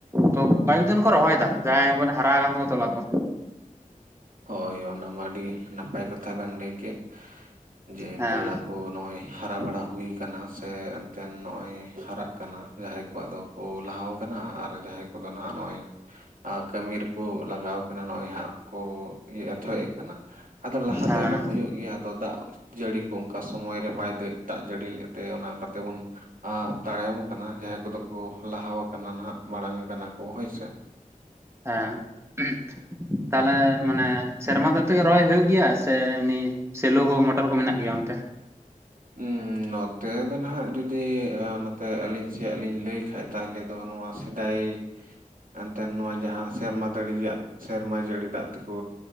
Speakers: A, on the right (about 20°); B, on the right (about 75°).
A: ᱛᱚ ᱠᱚᱭᱮᱠ ᱡᱚᱱ ᱠᱚ ᱨᱚᱦᱚᱭ ᱫᱟ ᱡᱟᱦᱟᱸᱭ ᱢᱟᱱᱮ ᱦᱟᱨᱟ ᱟᱠᱟᱱ ᱛᱟᱠᱚ ᱛᱚᱞᱟ ᱠᱚ᱾
B: ᱦᱳᱭ ᱚᱱᱟᱢᱟ ᱟᱹᱰᱤ ᱱᱟᱯᱟᱭ ᱠᱟᱛᱷᱟ ᱵᱮᱱ ᱞᱟᱹᱭ ᱠᱮᱜ, ᱡᱮ
A: ᱦᱮᱸ
B: ᱛᱚᱞᱟ ᱠᱚ ᱱᱚᱜᱼᱚᱭ ᱦᱟᱨᱟ ᱵᱟᱲᱟ ᱦᱩᱭ ᱠᱟᱱᱟ, ᱥᱮ ᱮᱱᱛᱮ ᱱᱚᱜᱼᱚᱭ ᱦᱟᱨᱟᱜ ᱠᱟᱱᱟ ᱡᱟᱦᱟᱸᱭ ᱠᱚᱣᱟᱜ ᱫᱚ ᱠᱚ ᱞᱟᱦᱟᱣ ᱠᱟᱱᱟ ᱟᱨ ᱡᱟᱦᱟᱸᱭ ᱠᱚᱫᱚ ᱱᱟᱦᱟᱸᱜ ᱱᱚᱜᱼᱚᱭ ᱟᱨ ᱠᱟᱹᱢᱤ ᱨᱮᱠᱚ ᱞᱟᱜᱟᱣ ᱠᱟᱱᱟ ᱱᱚᱜᱼᱚᱭ ᱦᱟᱸᱜ ᱠᱚ ᱮᱛᱷᱚ ᱮᱜ ᱠᱟᱱᱟ ᱟᱫᱚ ᱞᱟᱦᱟ
A: ᱦᱮᱸ
B: ᱛᱟᱭᱱᱚᱢ ᱦᱩᱭᱩᱜ ᱜᱮᱭᱟ ᱟᱫᱚ ᱫᱟᱜ ᱡᱟᱹᱲᱤ ᱠᱚ ᱚᱝᱠᱟ ᱥᱚᱢᱚᱭ ᱨᱮ ᱵᱟᱭ ᱫᱟᱹ ᱫᱟᱜ ᱡᱟᱹᱲᱤ ᱞᱮᱫ ᱛᱮ ᱚᱱᱮ ᱚᱝᱠᱟ ᱛᱮᱵᱚᱱ ᱟᱨ ᱛᱟᱭᱚᱢ ᱠᱟᱱᱟ ᱡᱟᱦᱟᱸᱭ ᱠᱚᱫᱚ ᱠᱚ ᱞᱟᱦᱟᱣᱟ ᱠᱟᱱᱟ ᱱᱟᱦᱟᱸᱜ ᱢᱟᱲᱟᱝ ᱠᱟᱱᱟ ᱠᱚ ᱦᱳᱭ ᱥᱮ᱾
A: ᱦᱮᱸ, ᱩᱸ ᱛᱟᱦᱞᱮ ᱢᱟᱱᱮ ᱥᱮᱨᱢᱟ ᱫᱟᱜ ᱛᱮᱜᱮ ᱨᱚᱦᱚᱭ ᱦᱩᱭᱩᱜ ᱜᱮᱭᱟ ᱥᱮ ᱮᱢᱱᱤ ᱥᱮᱞᱳ ᱠᱚ ᱢᱚᱴᱚᱨ ᱠᱚ ᱢᱮᱱᱟᱜ ᱜᱮᱭᱟ ᱚᱱᱛᱮ?
B: ᱩᱸᱻ, ᱱᱚᱛᱮ ᱫᱚ ᱱᱷᱟᱜ ᱡᱩᱫᱤ ᱱᱚᱛᱮ ᱟᱹᱞᱤᱧ ᱪᱮ ᱟᱹᱞᱤᱧ ᱞᱟᱹᱭ ᱠᱷᱟᱡ ᱛᱟᱦᱞᱮ ᱫᱚ ᱱᱚᱶᱟ ᱥᱮᱫᱟᱭ ᱮᱱᱛᱮᱫ ᱱᱚᱶᱟ ᱡᱟᱦᱟᱸ ᱥᱮᱨᱢᱟ ᱫᱟᱹᱲᱤ ᱨᱮᱭᱟᱜ ᱥᱮᱨᱢᱟ ᱡᱟᱹᱲᱤ ᱫᱟᱜ ᱛᱮᱠᱚ